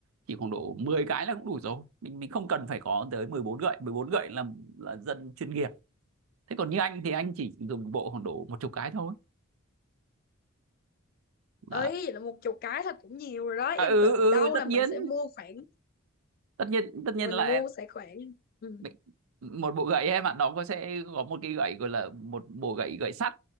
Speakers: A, on the right; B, on the left.
A: chỉ khoảng độ 10 cái là cũng đủ rồi mình mình không cần phải có tới mười bốn gậy mười bốn gậy là là dân chuyên nghiệp thế còn như anh thì anh chỉ dùng bộ khoảng độ một chục cái thôi Đó.
B: ấy vậy là một chục cái thôi cũng nhiều rồi đó em
A: à, ừ
B: tưởng
A: ừ
B: đâu
A: tất
B: là mình
A: nhiên
B: sẽ mua khoảng
A: tất nhiên tất nhiên
B: mình
A: là
B: mua sẽ khoảng ừ.
A: Đấy, một bộ gậy em ạ nó có sẽ có một cái gậy gọi là một bộ gậy gậy sắt